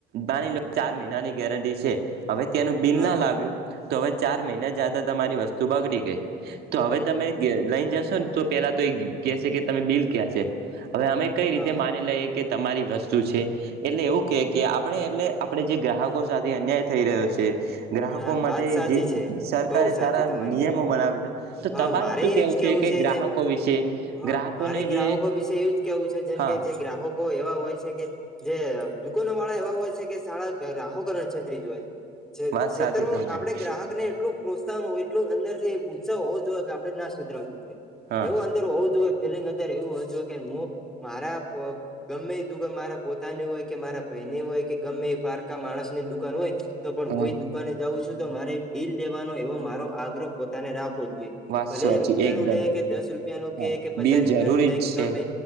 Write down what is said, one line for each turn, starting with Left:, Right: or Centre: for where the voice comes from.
Right: બાની લો ચાર મહિનાની ગેરંટી છે. હવે ત્યાંનું બિલ
Centre: હા
Right: ના લાવ્યું તો હવે ચાર મહિના જતા તમારી વસ્તુ બગડી ગઈ તો. હવે તમે જશોને તો પેલા તો કે કે તમે બિલ કયા છે. હવે અમે કઈ
Centre: હા
Right: રીતે માની લઈએ કે તમારી વસ્તુ છે એટલે એવું કે કે આપણે એટલે આપણે જે ગ્રાહકો સાથે અન્યાય થઈ રહ્યો છે. ગ્રાહકો
Centre: હા વાત
Right: માટે
Centre: સાચી
Right: જે
Centre: છે
Right: સરકારે
Centre: બહુ સાચી
Right: સારા
Centre: તમારી
Right: નિયમો
Centre: કય
Right: બનાવે છે તો
Centre: હા
Right: તમારે
Centre: મારે
Right: શું
Centre: એજ કેવું
Right: કે ગ્રાહકો
Centre: છે.
Right: વિશે
Centre: <unintelligible> હ
Right: ગ્રાહકોને
Centre: મારે ગ્રાહકો
Right: જે
Centre: વિશે એવું જ કેવું છે જેમ
Right: હા
Centre: કે જે ગ્રાહકો એવા હોય છે. જે દુકનોવાળા એવા હોય છે કે શાળા ગ્રહોકો અને છેત્રી જ હોય છે છે
Right: વાત
Centre: છે.
Right: સાચી
Centre: આપડે
Right: તમારી
Centre: ગ્રાહક ને એટલું પ્રોત્સાહન હોય એટલું અંદર થી ઉત્સવ હોવો જોઈએ કે આપડે ના છેતરાવું જોઈએ.
Right: હા
Centre: એવું અંદર હોવ જો હોએ ફલિંગ અંદર એવું હોવી જોઈએ. હું મારા ગમે દુકાન મારા પોતાની હોય કે મારા ભાઈ ની હોય કે ગમે એ પારકા માણસ ની દુકાન હોય તો પણ
Right: હા
Centre: હું એ દુકાને જાઉં છું તો મારે બિલ લેવાનો એવો મારો આગ્રહ પોતાને રાખવો જોઈએ.
Right: વાત
Centre: ભલે
Right: સાચી
Centre: રૂપિયા
Right: એકદમ
Centre: નું લે કે દસ રૂપિયાનું
Right: હા
Centre: કે કે પચાસ
Right: બિલ
Centre: રૂપિયા
Right: જરૂરી
Centre: નું લે
Right: જ
Centre: ગમે
Right: છે